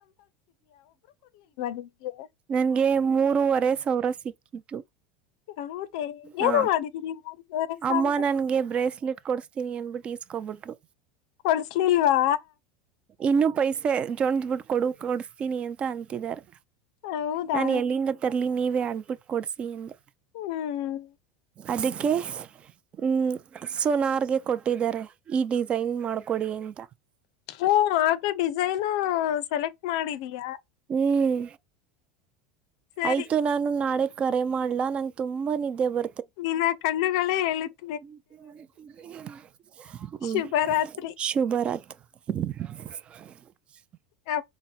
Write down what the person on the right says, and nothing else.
ನಗೆ ಮೂ ನೂವರೆ ಸಾವಿರ ಸಿಕ್ಕಿದ್ದು
ಹ
ಅಮ್ಮ ನನ್ಗೆ ಬ್ರೇಸ್ಲೆಟ್ ಕೊಡ್ಸ್ತ ಯ ಅನ್ಬಿಟ್ಟು ಈಸ್ಕೋಬಿಟ್ರು
ಇನ್ನುೂ ಪೈಸೆ ಚೊಂಡ್ ಬಿಟ್ಟ ಕೊಡು ಕೊಡಿಸತೀನಿ ಅಂತ ಅಂತಿದಿದ್ದಾರೆ
ನಾನು ಎಲ್ಲಿಂದ ತರ್ಲಿ ನೀವೇ ತಂದ್ಬಿಟ್ಟು ಕೊಡಸಿ ಅಂದೆ
ಅದಕ್ಕೆ ಹ್ಮ್ ಸುನಾರ್ಗೆ ಕೊಟ್ಟಿದ್ದಾರೆ ಈ ಡಿಸೈನ್ ಮಾಡ್ಕೊಡಿ ಎಂತ
ಹ್ಮ್
ಆಯ್ತು ನಾನು ನಾಳೆ ಕರೆ ಮಾಡ್ಲಾ ನಂ ತುಂಬಾ ನಿದ್ದೆ ಬ
ಶುಭರ ರಾತ್ರಿ
ಹತ್ತು